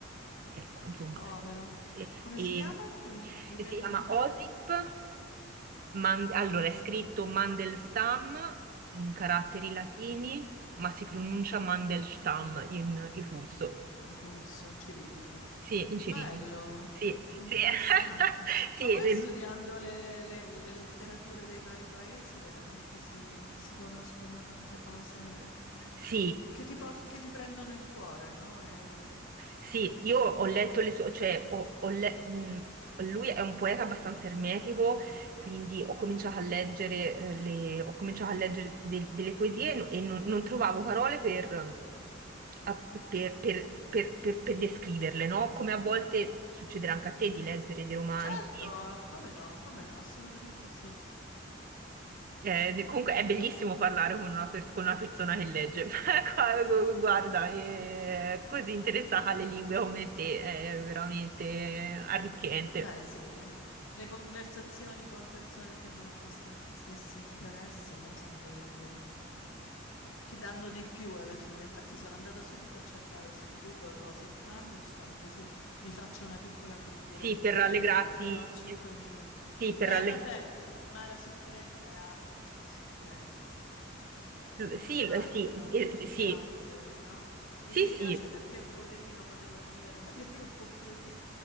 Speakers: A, on the right (about 45°); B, on the left (about 85°).
A: Ecco, insomma,
B: Povero.
A: e,
B: Come
A: e-
B: si chiama? Eh, Ripetimi
A: e si chiama
B: il nome?
A: OSIP, Man- allora è scritto Mandelstam in caratteri
B: Mm,
A: latini, ma si pronuncia Mandelstam in, in russo.
B: Russo, cirillico.
A: Sì, in cirillico.
B: Bello,
A: Sì,
B: interessante.
A: sì, <laughs> sì,
B: Ma poi
A: le-
B: studiando le, le- le letterature dei vari paesi, veramente si, si conoscono tante cose
A: sì,
B: che ti, por- che ti prendono il cuore, no? E-
A: Sì, io ho letto le sue, cioè ho, ho le- mh, lui è un poeta abbastanza ermetico, quindi ho cominciato a leggere, eh, le, ho cominciato a leggere de- delle poesie e no- e non, non trovavo parole per, ehm, a- per- per- per- per- per descriverle, no? Come a volte succederà anche a te di leggere dei romanzi.
B: certo, ah, come no, come no, assolutamente sì.
A: Eh, di- comunque è bellissimo parlare con una, pers- con una persona che legge, <laughs> Qua- gu- guarda, è così interessata alle lingue come te, è veramente arricchente.
B: Beh, sì, no? Le conversazioni con persone che hanno i nostri stessi interessi, no? Sono quelle più che danno di più alla fine. Infatti sono andata subito a cercare su Google Osip Mandelstam, così mi faccio una piccola cultura
A: Sì,
B: in merito,
A: per rallegrarti,
B: appena ho cinque
A: sì,
B: minuti.
A: per
B: Beh,
A: ralleg-
B: vabbè, ma la sofferenza è arte, l'arte è sofferenza, eccetera, eccetera. Quindi è
A: sì,
B: normale
A: sì,
B: che da un
A: eh,
B: background,
A: sì,
B: eh, no? Mi
A: sì,
B: dispiace
A: sì.
B: perché poverino poteva vivere <laughs> magari un po' più di,